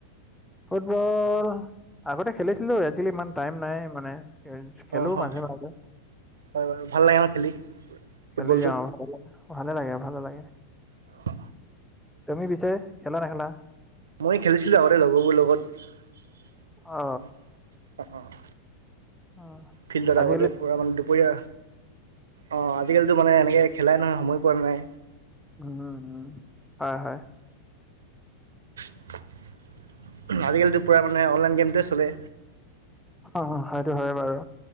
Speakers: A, in the centre; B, on the right.
A: ফুটবল আগতে খেলিছিলো। আজি-কালি ইমান টাইম নাই মানে। খেলো
B: অ' হয়
A: মাজে-মাজে।
B: হয় বাৰু ভাল লাগে ন খেলি ফুটবলটো
A: খেলি যাওঁ ভালে লাগে ভালে লাগে
B: অ।
A: তুমি পিছে খেলা নেখেলা?
B: ময় খেলিছিলোঁ আগতে লগৰবোৰ লগত।
A: অ
B: অঁ অঁ।
A: অ
B: ফিল্ডত
A: আজিকালি
B: আগতে পূৰা মানে দুপৰীয়া অ আজিকালিতো মানে এনেকে খেলাই নহয় সময় পোৱা ন নাই।
A: উমম উম হয় হয়।
B: <inaudible> আজিকালিটো পোৰা মানে অনলাইন গেমটোৱে চলে।
A: অ-অ হয়টো হয় বাৰু।